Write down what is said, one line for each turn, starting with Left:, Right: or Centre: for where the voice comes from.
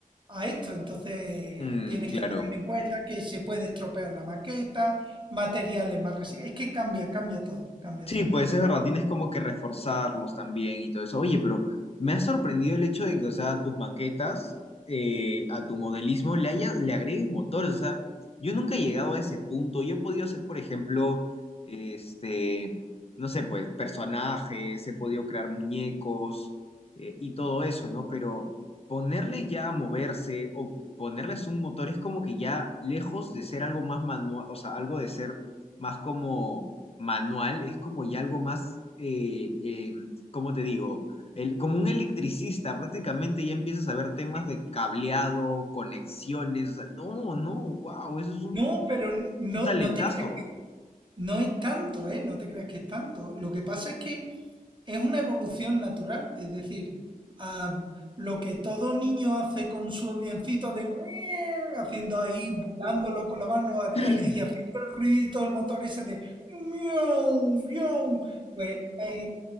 Right: a esto. Entonces
Left: Mm,
Right: tienes
Left: claro.
Right: que tener en cuenta que se puede estropear la maqueta, materiales más resistentes. Es que cambia, cambia todo, cambia
Left: Sí,
Right: todo.
Left: pues es verdad, tienes como que reforzarlos también y todo eso. Oye, pero me ha sorprendido el hecho de que, o sea, tus maquetas, eh, a tu modelismo le haya, le agregues motores. O sea, yo nunca he llegado a ese punto. Yo he podido hacer, por ejemplo, este, no sé, pues personajes, he podido crear muñecos, eh, y todo eso, ¿no? Pero ponerle ya a moverse o ponerles un motor es como que ya lejos de ser algo más manual, o sea, algo de ser más como manual es como ya algo más, eh, eh, ¿cómo te digo? El, como un electricista, prácticamente ya empiezas a ver temas de cableado, conexiones. o sea, no, no, wow, eso es un,
Right: No, pero no,
Left: un talentazo.
Right: no te creas que no es tanto, ¿eh? No te creas que es tanto. Lo que pasa es que es una evolución natural. Es decir, ah, lo que todo niño hace con su avioncito de haciendo ahí, volándolo con la mano el-
Left: <clears throat>
Right: y haciendo el ruido del motor ese de miau, miau, pues eh,